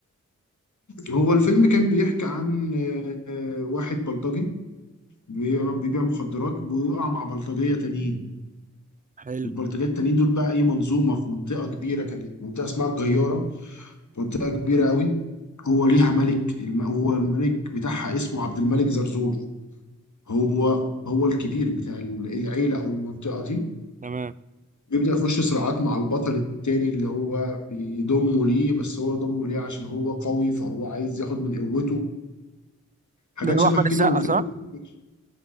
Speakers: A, on the left; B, on the right.
A: هو الفيلم كان بيحكي عن آه، آه، واحد بلطجي بي- بيبيع مخدرات ويقع مع بلطجيه تانيين
B: حلو
A: البلطجيه التانيين دول بقى ايه منظومه في منطقه كبيره كانت منطقه اسمها الجياره منطقه كبيره قوي هو ليها
B: حلو
A: ملك الم- هو الملك بتاعها اسمه عبد الملك زرزور هو هو الكبير بتاع العيلة أو المنطقة دي
B: تمام
A: بيبدأ يخش صراعات مع البطل التاني اللي هو بيضمه ليه بس هو ضمه ليه عشان هو قوي فهو عايز ياخد من قوته حاجات
B: ده اللي
A: شبه
B: هو احمد
A: كده
B: السقا
A: والفيلم
B: صح
A: كله أكشن.